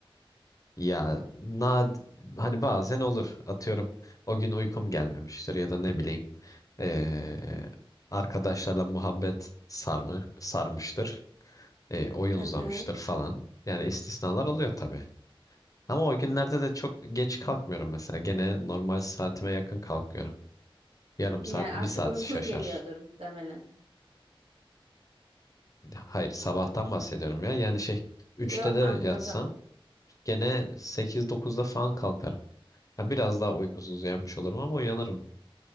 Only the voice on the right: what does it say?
hı
hı.
Yani artık
uykun
geliyordur muhtemelen.
Yo,
anladım.